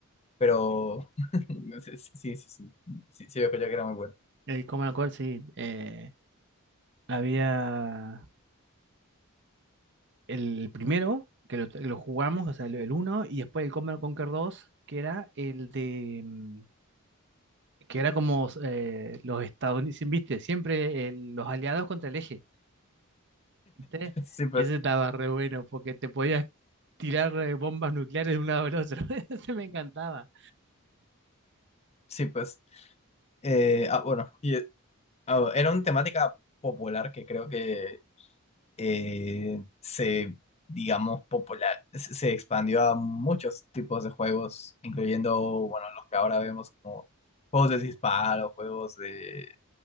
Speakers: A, on the left (about 30°); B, on the right (about 55°).
A: pero <laughs> sí, sí, sí, sí, sí, sí, veo que yo que era muy bueno.
B: El Command and Conquer, sí. eh, había el primero, que lo, que lo jugamos, o sea, el, el uno, y después el Command and Conquer 2 que era el de... mm, que era como eh, los estadounidenses, viste, siempre el- los aliados contra el eje, viste.
A: Sí, pues,
B: Y ese estaba re bueno, porque te podías tirar eh, bombas nucleares de un lado al otro. <laughs> Ese me encantaba.
A: sí, pues. Eh, ah, bueno, y, ah, bueno, era una temática popular que creo que eh, se, digamos, popular, se se expandió a muchos tipos de juegos, incluyendo, bueno, los que ahora vemos como juegos de disparo, juegos de,